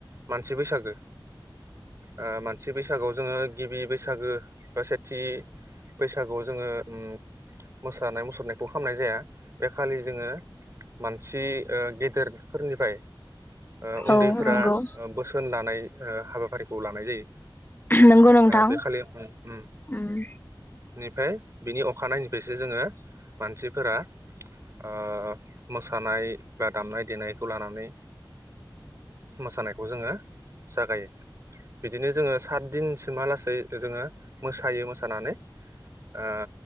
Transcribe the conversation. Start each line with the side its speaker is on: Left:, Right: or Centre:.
Right: मानसि बैसागो। ओ मानसि बैसागोआव जोङो गिबि बैसागो बा सेथि बैसागोआव जोङो ओ मोसानाय मुसुरनायखौ खालामामनाय जाया बे खालि जोङो मानसि ओ गेदेर <unintelligible> फोरनिफ्राय ओ उन्दैफोरा
Left: औ नंगौ
Right: ओ बोसोन लानाय ओ हाबाफारिखौ <unintelligible> <unintelligible> जायो
Left: नंगौ नोंथां
Right: ओ खालि ओम ओम।
Left: उम
Right: बेनिफ्राय बिनि अखानायनायनिफ्रायसो जोङो मानसिफोरा ओ मोसानाय बा दामनाय देनायखौ लानानै मोसानायखौ जोङो जागायो। बिदिनो जोङो सात दिनसिमहालासै जोङो मोसायो मोसानानै ओ